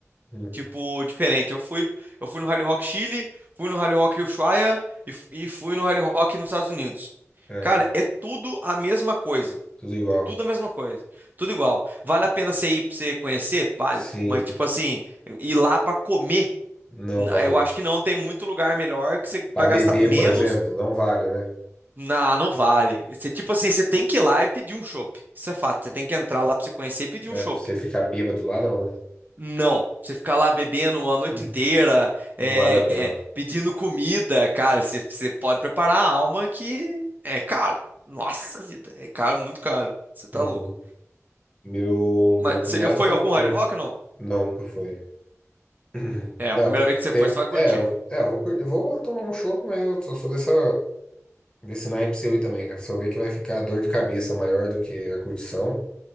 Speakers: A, on the left; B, on the right.
A: Hum,
B: tipo, diferente. Eu fui, eu fui no Rally Rock Chile, fui no Rally Rock Ushuaia e, f- e fui no Rally Rock nos Estados Unidos.
A: é,
B: Cara, é tudo a mesma coisa.
A: tudo igual.
B: Tudo a mesma coisa. Tudo igual. Vale a pena você ir pra você conhecer? Vale.
A: Sim,
B: Mas, tipo assim, ir lá pra comer,
A: não
B: n-
A: vale.
B: eu acho que não. Tem muito lugar melhor que você
A: Pra
B: vai
A: beber,
B: gastar menos.
A: por exemplo, não vale, né?
B: Não, não vale. Você, tipo assim, você tem que ir lá e pedir um chopp. Isso é fato. Você tem que entrar lá pra você conhecer e pedir
A: Mas
B: um chopp.
A: pra você ficar bêbado lá, não, né?
B: Não. Você ficar lá bebendo a noite
A: Hum.
B: inteira,
A: Não
B: é,
A: vale a pena.
B: é, pedindo comida, cara, você, você pode preparar a alma que é caro. Nossa vida, é caro, muito caro. Você tá
A: Uhum.
B: louco.
A: Meu,
B: Mas
A: meu
B: você
A: cunhado
B: já foi
A: foi.
B: em algum Hard
A: Meu,
B: Rock
A: cu-
B: ou não?
A: não, nunca foi. <clears throat>
B: É, a
A: Não,
B: primeira
A: tem,
B: vez que você
A: tem-
B: for, você vai curtir.
A: é, é, eu vou, cur- eu vou tomar um chopp, mas eu sou sou dessa, desse naipe seu aí também, cara. Se eu ver que vai ficar dor de cabeça maior do que a curtição.